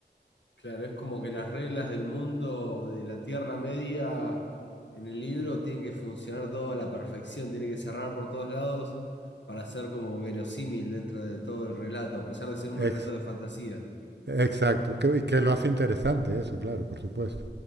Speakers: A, on the left (about 75°); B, on the right (about 70°).
A: Claro, es como que las reglas del mundo de la Tierra Media en el libro tienen que funcionar todo a la perfección, tiene que cerrar por todos lados para ser como verosímil dentro de todo el relato, a pesar de ser un
B: Ex-
A: relato de fantasía.
B: exacto, que, y que lo hace interesante eso, claro, por supuesto.